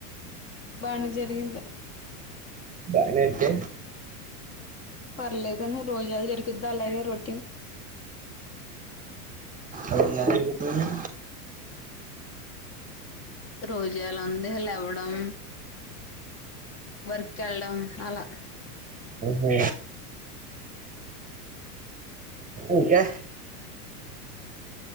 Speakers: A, on the left (about 30°); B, on the right (about 15°).
A: బానే జరిగింద్
B: బానే అంటే
A: పర్లేదని రోజలా జరుగుద్దా అలాగే రోటీన్
B: అదే ఎలా జరుగుతుంది
A: రోజు ఎలా ఉంది లేవ్వడం వర్క్ యెల్లడం అలా
B: ఓహో ఇంకా